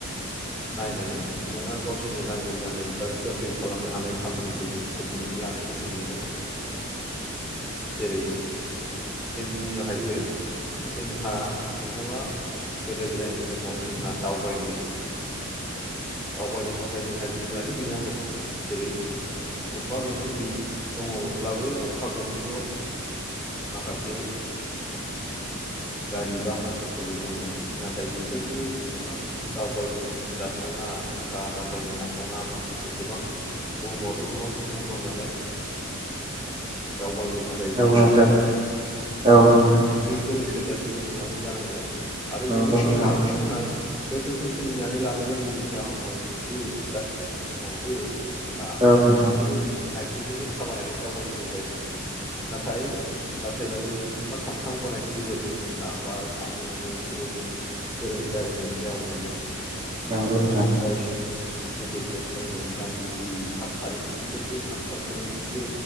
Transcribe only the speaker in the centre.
नायनानै सुबुङा गावसोरनि नांगौ जानाय बा गोरलै खालामनो हानाय खामानिखौ जों सोरजिनानै लानायखौ जों नुनो मोनो। जेरै जों बुंनो हायो जोंहा सुबुङा गोदो गोदायनि समाव जोंहा दावबायनो दावबायनो थाखाय जोंहा जेबोआनो गैयामोन जेरै गंफा गंनै दै दङमोनब्लाबो गंफा गंनैल' माखासे गारि बा मथरफोरल' दङमोन नाथाय बेफोरबो इसेबां दावबायनो जाथावना बा गायनो हाथावना माखासे गोबां बुहुमावथ' गोबां सुबुं दं नालाय दावबायनो थाखाय जोंहा
इसिबां
माने बैफोर थोजासेबो नङामोन जानांगौ आरो
बिनि सिगाङावथ'
जोंहा बैफोरखौ सोरजिनानै लानो रोङिनि जाहोनाव उम जाहा सिगाङावबो जोंहा
आथिंजोंनो आथिंजोंनो थाबायनानै दावबायनांगौ जायोमोन नाथाय लासै लासै सुबुङा सानखांबोनायनि गेजेरजों जोंहा बा साननो हनो एसे एनै गोरों जाबोनायनि जाउनावनो
गावसिनि दुखु खस्थ' मोननाय जि थासारि बेफोरखौ सानखांनानै एसे